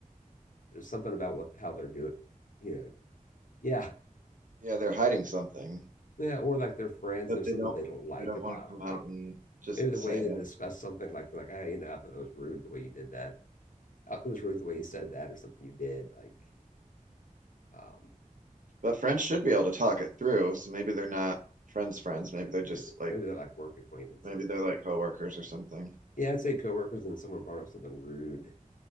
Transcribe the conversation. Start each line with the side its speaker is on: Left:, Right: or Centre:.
Left: There's something about what how they're doing, you know. Yeah.
Right: Yeah, they're hiding something,
Left: Yeah. Or like their friends,
Right: but
Left: and there's
Right: they
Left: something
Right: don't
Left: they don't like
Right: they don't
Left: about
Right: want to come
Left: them.
Right: out
Left: Like,
Right: and just
Left: maybe the
Right: say
Left: way
Right: it.
Left: they discuss something like like hey you know I thought that was rude the way you did that Uh, it was rude the way you said that or something you did like um
Right: But friends should be able to talk it through, so maybe they're not friends friends. Maybe they're
Left: maybe
Right: just like
Left: maybe they're like work acquaintances
Right: maybe they're like coworkers or something.
Left: yeah I'd say coworkers and someone brought up something rude